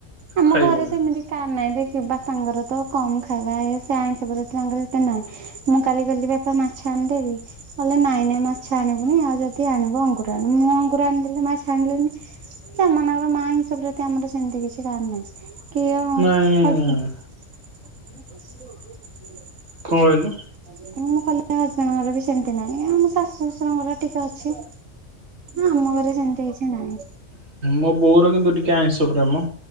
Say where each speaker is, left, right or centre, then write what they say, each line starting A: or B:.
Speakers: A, on the right (about 85°); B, on the right (about 60°).
A: ଆମ
B: ଖାଇବେନି।
A: ଘରେ ସେମିତି କାର ନାଇଁ ଦେଖି ବାପାଙ୍କର ତ କମ ଖାଇବା ସେ ଆଇଁଷ ପ୍ରତି ତାଙ୍କର ଏତେ ନାହିଁ ମୁଁ କାଲି ଗଲି ବାପା ମାଛ ଆଣିଦେବି କହିଲେ ନାଇଁ ନାଇଁ ମାଛ ଆଣିବୁନି ଆଉ ଯଦି ଆଣିବୁ ଅଙ୍ଗୁର ଆଣିବୁ ମୁଁ ଅଙ୍ଗୁର ଆଣିଦେଲି ମାଛ ଆଣିଲିନି ସେମାନଙ୍କର ମା ଆଇଁଷ ପ୍ରତି ଆମର ସେମିତି କିଛି କାହାର ନାହିଁ କି
B: ନାଇଁ
A: ହଜବେଣ୍ଡ <inaudible>
B: କଣ କହିଲୁ
A: ମୁଁ କହିଲି ହଜବେଣ୍ଡଙ୍କର ବି ସେମିତି ନାହିଁ ଆମ ଶାଶୁ ଶଶୁରଙ୍କର ଟିକେ ଅଛି। ହୁଁ ମୋର ସେମିତି କିଛି ନାହିଁ।
B: ମୋ ବୋଉର କିନ୍ତୁ ଟିକେ ଆଇଁଷ ପ୍ରେମ